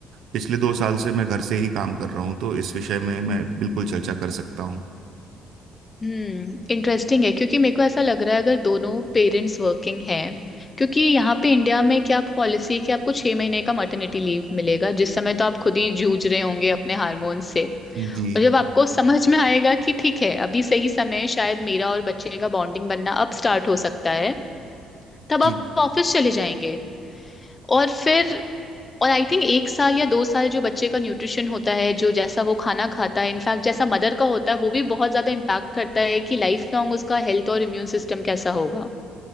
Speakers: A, on the right; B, on the left.
A: पिछले दो साल से मैं घर से ही काम कर रहा हूँ तो इस विषय में मैं बिल्कुल चर्चा कर सकता हूँ
B: हम्म इंटरेस्टिंग है क्योंकि मेरे को ऐसा लग रहा है अगर दोनों पेरेंट्स वर्किंग हैं क्योंकि यहाँ पे इंडिया में क्या पॉलिसी है कि आपको छह महीने का मटर्निटी लीव मिलेगा जिस समय तो आप खुद ही जूझ रहे होंगे अपने हार्मोन से
A: जी
B: और जब आपको समझ में आएगा कि ठीक है अभी सही समय है, शायद मेरा और बच्चे का बॉन्डिंग बनना अब स्टार्ट हो सकता है तब
A: जी
B: आप ऑफिस चले जाएंगे और फिर और आई थिंक एक साल या दो साल जो बच्चे का न्यूट्रिशन होता है जो जैसा वो खाना खाता है इनफैक्ट जैसा मदर का होता है वो भी बहुत ज्यादा इम्पैक्ट करता है कि लाइफ लॉन्ग उसका हेल्थ और इम्यून सिस्टम कैसा होगा